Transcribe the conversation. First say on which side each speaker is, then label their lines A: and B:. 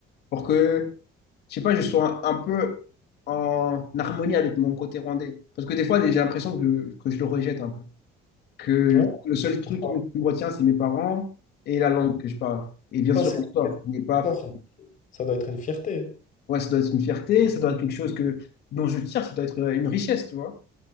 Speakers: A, on the left; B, on the left.
A: pour que, je sais pas, je sois un, un peu en harmonie avec mon côté rwandais. Parce que des fois, j'ai l'impression que, que je le rejette un peu. Que
B: Tu vois
A: le seul truc
B: Pourtant-
A: qui me qui me retient, c'est mes parents et la
B: pourtant,
A: langue que je parle. Et bien sûr,
B: c'est-
A: l'histoire. n'est pas...
B: ça, ça doit être une fierté.
A: Ouais, ça doit être une fierté, ça doit être quelque chose que, dont je tire, ça doit être euh, une richesse, tu vois.